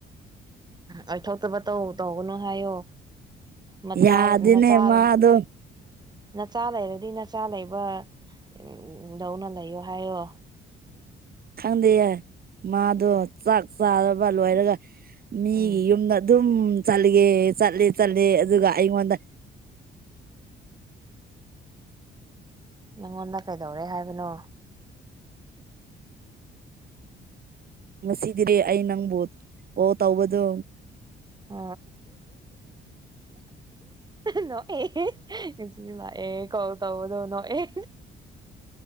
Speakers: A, on the right (about 20°); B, on the right (about 50°).
A: ꯑꯩ ꯊꯣꯛꯇꯕ ꯇꯧ ꯇꯧꯒꯅꯨ ꯍꯥꯏꯌꯣ ꯅꯆꯥ
B: ꯌꯥꯗꯦꯅꯦ ꯃꯥꯗꯣ
A: ꯅꯆꯥ ꯂꯩꯔꯗꯤ ꯅꯆꯥ ꯂꯩꯕ ꯎꯝ ꯂꯧꯧꯅ ꯂꯩꯌꯣ ꯍꯥꯏꯌꯣ
B: ꯈꯪꯗꯦꯌꯦ ꯃꯥꯗꯣ ꯆꯥꯛ ꯆꯥꯔꯕ ꯂꯣꯏꯔꯒ ꯃꯤꯒꯤ
A: ꯎꯝ
B: ꯌꯨꯝꯗ ꯑꯗꯨꯝ ꯆꯠꯂꯒꯦ ꯆꯠꯂꯦ ꯆꯠꯂꯦ ꯑꯗꯨꯒ ꯑꯩꯉꯣꯟꯗ
A: ꯅꯪꯉꯣꯟꯗ ꯀꯩꯗꯧꯔꯦ ꯍꯥꯏꯕꯅꯣ
B: ꯉꯁꯤꯗꯤ ꯑꯩ ꯅꯪꯕꯨ ꯑꯣ ꯇꯧꯕꯗꯣ
A: ꯑ ꯉ ꯁꯤ ꯂꯥꯛꯑꯦ ꯀꯣꯜ ꯇꯧꯒꯗꯧꯅꯣ ꯑꯦ